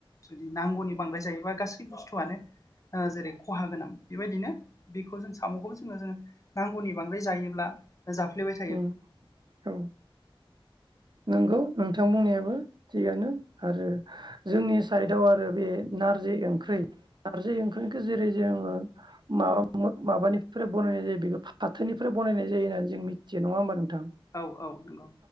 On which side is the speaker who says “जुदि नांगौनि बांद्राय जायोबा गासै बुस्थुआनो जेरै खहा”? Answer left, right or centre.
Left